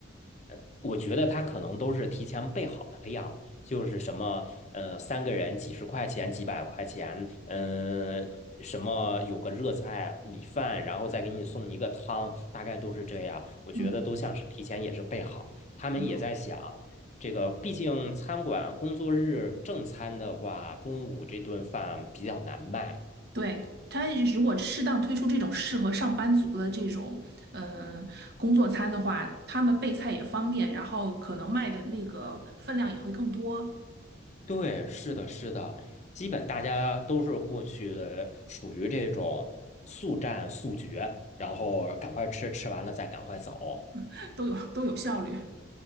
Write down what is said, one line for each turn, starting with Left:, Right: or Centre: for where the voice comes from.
Left: 呃，我觉得他可能都是提前备好的量，就是什么，呃，三个人几十块钱、几百块钱，嗯、什么有个热菜、米饭，然后再给你送一个汤，大概都是这样。我觉得都像是提前也是备好，
Right: 嗯，
Left: 他们也在想，
Right: 很好。
Left: 这个毕竟餐馆工作日正餐的话，中午这顿饭比较难卖，
Right: 对，他如果适当推出这种适合上班族的这种，呃，工作餐的话，他们备菜也方便，然后可能卖的那个分量也会更多，
Left: 对，是的，是的，基本大家都是过去属于这种速战速决，然后赶快吃，吃完了再赶快走。
Right: <laughs> 都有都有效率。